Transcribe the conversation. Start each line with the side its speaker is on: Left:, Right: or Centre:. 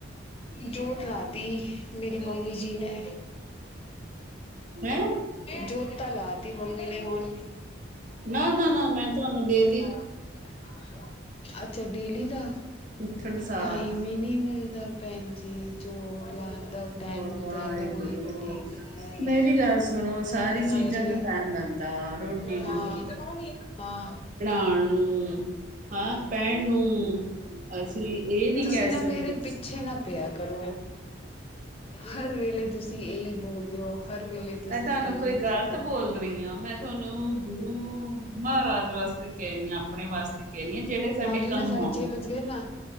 Left: <inaudible> ਜੋਤ ਲਾ ਤੀ, ਮੇਰੀ ਮੰਮੀ ਜੀ ਨੇ।
Right: ਹੈਂ
Left: ਜੋਤ ਤਾ ਲਾਤੀ ਮੰਮੀ ਨੇ ਹੁਣ।
Right: ਨਾ-ਨਾ-ਨਾ ਮੈਂ ਤੁਹਾਨੂੰ ਦੇ
Left: <inaudible> ਅੱਛਾ ਡੇਲੀ ਦਾ,
Right: ਉੱਠਣ ਸਾਰ
Left: ਟਾਈਮ ਹੀ ਨੀ ਮਿਲਦਾ। ਭੈਣ ਜੀ <unintelligible> ਤਾਂ ਟਾਈਮ
Right: ਵਾਹ
Left: ਮਿਲ
Right: ਵਾਹਿਗੁਰੂ
Left: ਜਾਏ ਉਹੀ ਵੱਡੀ ਗੱਲ ਹੈ
Right: ਮੇਰੀ ਗੱਲ ਸੁਣੋ ਸਾਰੀ ਚੀਜ਼ਾਂ
Left: ਹਾਂਜੀ।
Right: ਨੂੰ
Left: <unintelligible>
Right: ਟਾਈਮ ਮਿਲਦਾ ਰੋਟੀ
Left: ਹਾਂ ਹਾਂ
Right: ਖਣ ਨੂੰ ਹਾਂ ਪੈਣ ਨੂੰ ਅਸੀਂ ਇਹ ਨਹੀਂ
Left: ਤੁਸੀਂ
Right: ਕਹਿ
Left: ਨਾ
Right: ਸਕਦੇ
Left: ਮੇਰੇ ਪਿੱਛੇ ਨਾ ਪਿਆ ਕਰੋ ਹਰ ਵੇਲੇ ਤੁਸੀਂ ਇਹੀ ਬੋਲਦੇ ਓ ਹਰ ਵੇਲੇ ਤੁਸੀਂ
Right: ਮੈਂ ਤੁਹਾਨੂੰ
Left: ਇਹੀ
Right: ਕੋਈ ਗ਼ਲਤ
Left: <unintelligible>
Right: ਬੋਲ ਰਹੀ ਹਾਂ ਮੈਂ ਤੁਹਾਨੂੰ ਗੁਰੂ ਮਹਾਰਾਜ ਵਾਸਤੇ। ਕ ਰਹੀ ਹ ਆਪਣੇ ਵਾਸਤੇ ਕਹਿ ਰਹੀ ਆ ਜਿਹੜੇ ਸਾਡੇ
Left: ਮਾਰ ਲੈਣਾ
Right: ਕੰਮ
Left: ਸਾਢੇ
Right: ਆ
Left: ਛੇ ਬਜ ਗਏ ਨਾ